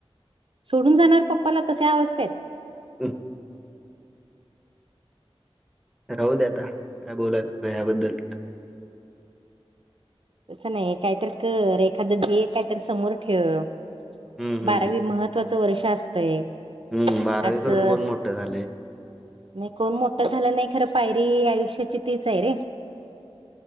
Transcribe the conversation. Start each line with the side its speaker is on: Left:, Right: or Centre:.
Right: सोडून जाणार पप्पाला तशा अवस्थेत?
Centre: हम्म. राहू दे आता काय बोलायचं ह्याबद्दल?
Right: तसं नाही काहीत कर एखादं ध्येय काहीतरी समोर ठेव.
Centre: हम्म हम्म
Right: बारावी महत्वाचं वर्ष असतंय.
Centre: हम्म बारावी
Right: असं
Centre: करून कोण मोठं झालंय?
Right: नाही कोण मोठं झालं नाही खरं पायरी आयुष्याची तीच आहे रे.